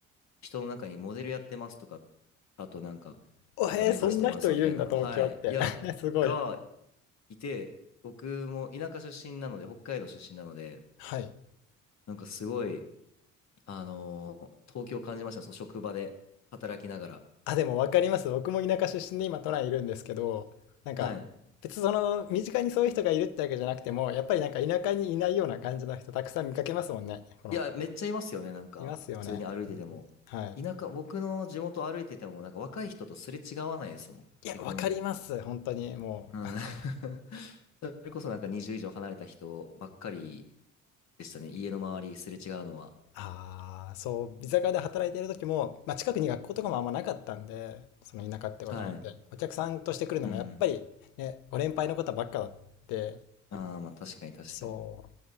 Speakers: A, on the left; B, on the left.
A: 人の中にモデルやってますとか、あとなんか、
B: おへーそんな人いるんだ、
A: なんか目指してますみたいな、
B: 東京って。
A: はい。いや、
B: <laughs> すごい。
A: がいて、僕も田舎出身なので、北海道出身なので、
B: はい。
A: なんかすごい、あの東京を感じました。その職場で働きながら。
B: あ、でも分かります。僕も田舎出身で今都内いるんですけど、なんか別にその身近にそういう人がいるってわけじゃなくても、
A: はい
B: やっぱりなんか田舎にいないような感じの人たくさん見かけますもんね。この、
A: いや、めっちゃいますよね、なんか、
B: いますよね。
A: 普通に歩いてても。
B: はい。
A: 田舎、僕の地元歩いてても、なんか若い人とすれ違わないですもん、
B: いや、
A: 基本。
B: 分かります。本当にもう。
A: うん。<laughs> それこそなんか20以上離れた人ばっかりでしたね、家の周りすれ違うのは。
B: ああ、そう、居酒屋で働いている時も、まあ、近くに学校とかもあんまなかったんで、その田舎ってこともあって、
A: はい。
B: お客さんとして来るのもやっぱりね、
A: うん。
B: ご年配の方ばっかだって、
A: ああ、まあ確かに確かに。
B: そ